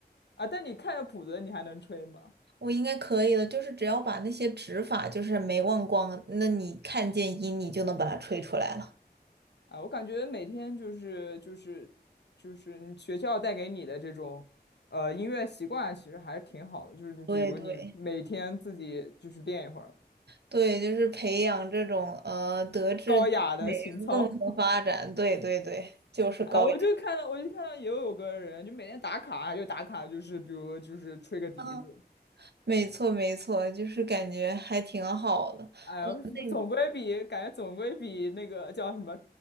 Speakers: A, on the left; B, on the right.
A: 啊，但你看着谱子，你还能吹吗？
B: 我应该可以的，就是只要把那些指法就是没忘光，那你看见音你就能把它吹出来了。
A: 啊，我感觉每天就是就是就是你学校带给你的这种呃音乐习惯，其实还是挺好的。就是你比如你每天自己就是练一会儿
B: 对对对，就是培养这种呃德智体美共同发展。
A: 高雅的情操。<laughs>
B: 对对对，就是高雅。
A: 哎，我就看到我就看到也有个人就每天打卡，就打卡就是比如就是吹个笛子。
B: 嗯，没错没错，就是感觉还挺好的。
A: 哎呀，<laughs>
B: 那你
A: 总归比感觉总归比那个叫什么